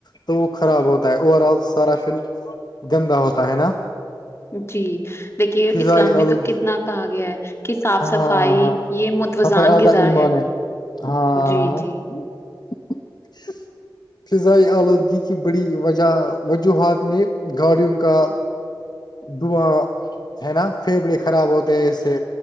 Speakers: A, on the left; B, on the left.
A: تو وہ خراب ہوتا ہے اوور آل سارا پھر گندا ہوتا ہے نا
B: جی دیکھیے
A: فضائی
B: اسلام میں
A: آلودگی
B: تو کتنا کہا گیا ہے کہ صاف
A: ہاں
B: صفائی
A: ہاں
B: یہ متوزان
A: صفائی آدھا
B: غذا
A: ایمان
B: ہے
A: ہاں
B: جی جی
A: <unintelligible> فضائی آلودگی کی بڑی وجہ وجوہات میں گاڑیوں کا دعا ہے نا پھیپڑے خراب ہوتے ہیں اس سے